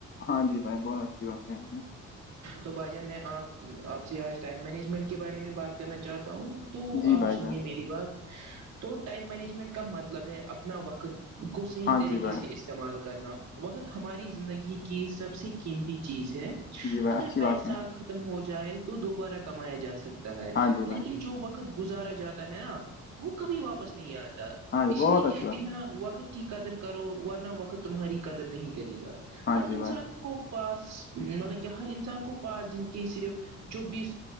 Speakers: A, on the left; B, on the right.
A: ہاں جی بھائی بہت اچھی بات ہےیں آپ نے
B: تو بھائی جان میں آپ آپ سے آج ٹائم مینجمنٹ کے بارے میں بات کرنا چاہتا ہوں تو
A: جی
B: آپ
A: بھائی
B: سنیے
A: جان
B: میری بات تو ٹائم مینجمنٹ کا مطلب ہے اپنا وقت کو صحیح
A: ہاں
B: طریقے
A: جی بھائی
B: سے استعمال کرنا وقت ہماری زندگی کی سب سے قیمتی چیز ہے
A: جی بھائی
B: اگر
A: اچھی
B: پیسہ
A: بات ہے
B: ختم ہو جائے تو دوبارہ کمایا جا سکتا ہے
A: ہاں جی بھائی
B: لیکن جو وقت گزارا جاتا ہے نا وہ کبھی واپس نہیں آتا
A: ہاں جی
B: اس
A: بہت
B: لیے
A: اچھی
B: کہتے
A: بات
B: ہیں
A: ہے
B: وقت کی قدر کرو ورنہ وقت تمہاری قدر نہیں کرے گا
A: ہاں
B: ہر
A: جی
B: انسان
A: بھائی
B: کو پاس مطلب کہ ہر انسان کو پانچ دن کے صرف چوبیس